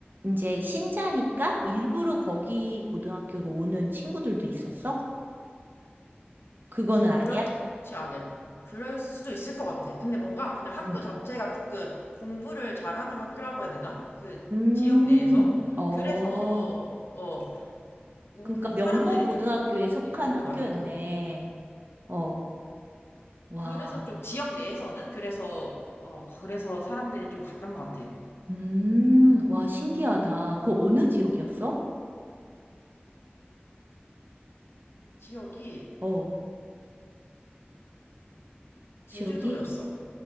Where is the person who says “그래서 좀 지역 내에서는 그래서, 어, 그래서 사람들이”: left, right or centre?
Left